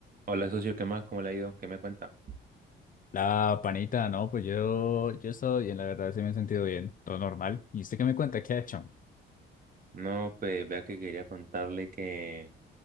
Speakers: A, on the right; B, on the left.
A: Hola, socio, ¿qué más? ¿Cómo le ha ido? ¿Qué me cuenta?
B: La panita, no, pues yo, yo he estado bien, la verdad, sí me he sentido bien, todo normal. ¿Y usted qué me cuenta? ¿Qué ha hecho?
A: No, pues vea que quería contarle que